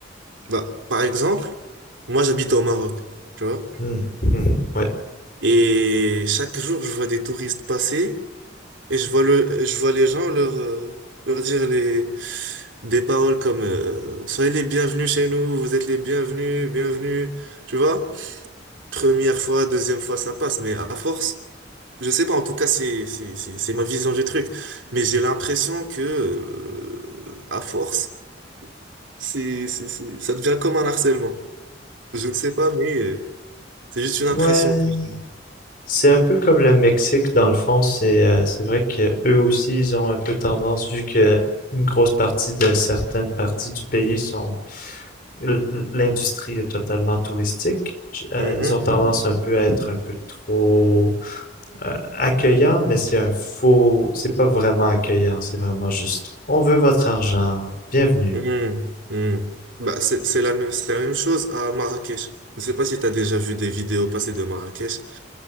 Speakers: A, on the right (about 80°); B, on the left (about 50°).
A: bah, par exemple, moi j'habite au Maroc, tu vois,
B: Hmm. Mhm. Ouais.
A: et chaque jour je vois des touristes passer Et je vois le, je vois les gens leur, euh, leur dire les, des paroles comme euh, Soyez les bienvenus chez nous, vous êtes les bienvenus, bienvenus. Tu vois? Première fois, deuxième fois, ça passe, mais à force, je sais pas, en tout cas, c'est, c'est, c'est, c'est ma vision du truc. Mais j'ai l'impression que, euh, à force, c'est, c'est, c'est, ça devient comme un harcèlement. Je ne sais pas, mais euh, c'est juste une impression
B: Ouais,
A: que j'ai.
B: C'est un peu comme le Mexique dans le fond, c'est euh, c'est vrai que eux aussi ils ont un peu tendance vu que une grosse partie de certaines parties du pays sont l- l'industrie est totalement touristique, j- euh,
A: Mhm.
B: ils ont tendance un peu à être un peu trop euh, accueillants, mais c'est un faux, c'est pas vraiment accueillant, c'est vraiment juste on veut votre argent, bienvenue.
A: Hmm, hmm. Bah, c'est c'est la même, c'est la même chose à Marrakech. Je ne sais pas si tu as déjà vu des vidéos passées de Marrakech.